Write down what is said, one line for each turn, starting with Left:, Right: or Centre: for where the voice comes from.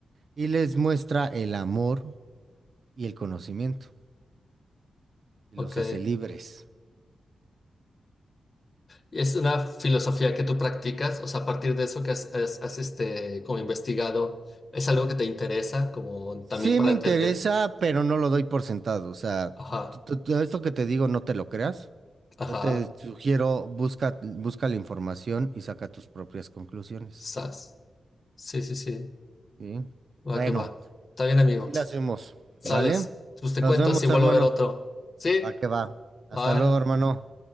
Right: y les muestra el amor y el conocimiento y
Left: Ok.
Right: los hace libres.
Left: ¿Y ¿Es una filosofía que tú practicas? O sea, a partir de eso que has, has- has, este, como investigado, ¿es algo que te interesa como también
Right: Sí
Left: para
Right: me
Left: entender?
Right: interesa, pero no lo doy por sentado. O sea,
Left: Ajá,
Right: t- t- todo esto que te digo no te lo creas.
Left: ajá,
Right: Yo te sugiero, busca, busca la información y saca tus propias conclusiones.
Left: sas. Sí, sí, sí.
Right: ¿sí?
Left: Va
Right: Bueno.
Left: que va. Está bien, amigo.
Right: Así la hacemos,
Left: Sales.
Right: ¿vale?
Left: Pues te
Right: Nos
Left: cuento
Right: vemos,
Left: si vuelvo
Right: hermano.
Left: a ver otro. ¿Sí?
Right: Va que va. Hasta
Left: Bye.
Right: luego, hermano.